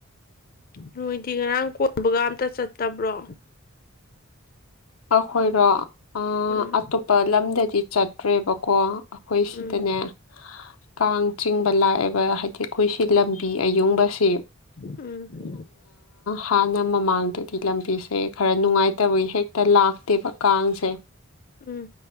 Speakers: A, on the left; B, on the left.
A: ꯅꯣꯏꯗꯤ ꯉꯔꯥꯡ ꯀꯣꯏꯕꯒ ꯑꯝꯇ ꯆꯠꯇꯕ꯭ꯔꯣ
B: ꯑꯩꯈꯣꯏꯔꯣ ꯑꯥ
A: ꯎꯝ
B: ꯑꯇꯣꯞꯄ ꯂꯝꯗꯗꯤ ꯆꯠꯇ꯭ꯔꯦꯕ ꯀꯣ ꯑꯩꯈꯣꯏ
A: ꯎꯝ
B: ꯁꯤꯗꯅꯦ ꯀꯥꯡ ꯆꯤꯡꯕ ꯂꯥꯛꯑꯦꯕ ꯍꯥꯏꯗꯤ ꯑꯩꯈꯣꯏꯁꯤ ꯂꯝꯕꯤ ꯑꯌꯨꯡꯕꯁꯦ
A: ꯎꯝ
B: ꯍꯥꯟꯅ ꯃꯃꯥꯡꯗꯗꯤ ꯂꯝꯕꯤꯁꯦ ꯈꯔ ꯅꯨꯡꯉꯥꯏꯇꯕꯩ ꯍꯦꯛ ꯇ ꯂꯥꯛꯇꯦꯕ ꯀꯥꯡꯁꯦ
A: ꯎꯝ